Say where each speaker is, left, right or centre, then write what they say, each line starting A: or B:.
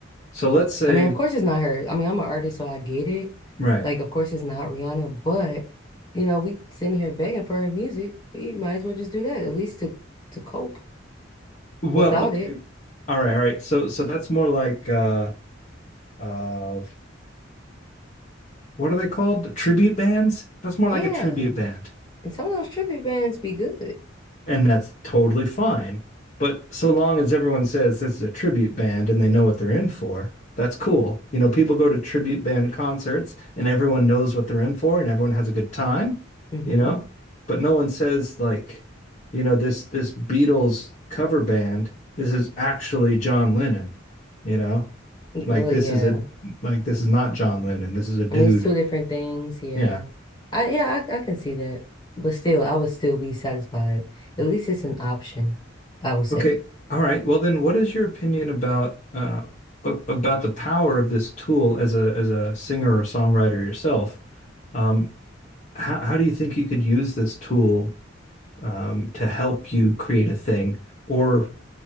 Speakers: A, on the left; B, on the left.
A: so let's say,
B: I mean, of course it's not her. I mean, I'm an artist, so I get it.
A: right.
B: Like, of course it's not Rihanna, but you know, we sitting here begging for her music. We might as well just do that, at least to to cope
A: Well,
B: without
A: okay.
B: it.
A: All right, all right. So so that's more like uh uh what are they called? Tribute bands? That's more
B: Yeah.
A: like a tribute band.
B: And some of those tribute bands be good.
A: and that's totally fine. But so long as everyone says this is a tribute band and they know what they're in for, that's cool. You know, people go to tribute band concerts and everyone knows what they're in for and everyone has a good time,
B: hmm
A: you know? But no one says like, you know, this this Beatles cover band, this is actually John Lennon, you know? Like
B: Well,
A: this
B: yeah.
A: is a like this is not John Lennon. This is a dude.
B: I mean, it's two different things. Yeah.
A: Yeah.
B: I yeah, I, I can see that. But still, I would still be satisfied. At least it's an option, I would say.
A: Okay. All right. Well, then, what is your opinion about uh, a- about the power of this tool as a as a singer or songwriter yourself? Um, how how do you think you could use this tool um, to help you create a thing? Or